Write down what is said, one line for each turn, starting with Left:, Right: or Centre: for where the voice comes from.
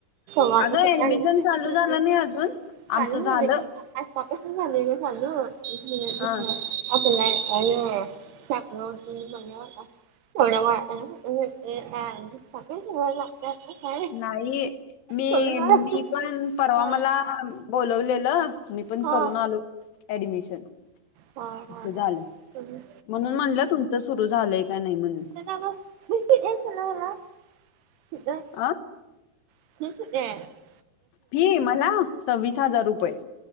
Left: अगं
Right: <unintelligible>
Left: ऍडमिशन चालू झालं नाही अजून आमचं झालं हा
Right: <unintelligible> <unintelligible> <unintelligible> लागतंय आता काय
Left: नाही मी
Right: कमी मार्क
Left: मी पण परवा
Right: हा
Left: मला बोलवलेल, मी पण
Right: हा
Left: करून आलो ऍडमिशन.
Right: पुण्यात
Left: अस झाल.
Right: मी
Left: म्हणून म्हणल तुमच सुरू झालय का नाही म्हणून
Right: <unintelligible> <unintelligible>
Left: आ
Right: <unintelligible>
Left: फी मला सव्वीस हजार रुपये.